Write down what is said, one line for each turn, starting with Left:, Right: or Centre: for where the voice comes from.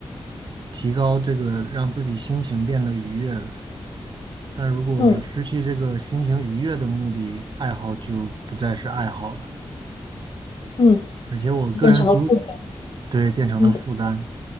Right: 提高这个让自己心情变得愉悦的。但如果失去这个心情愉悦的目的，
Left: 嗯
Right: 爱好就不再是爱好了。
Left: 嗯，
Right: 而且我个人足，
Left: 变成了负担，
Right: 对，变成了负担。
Left: 嗯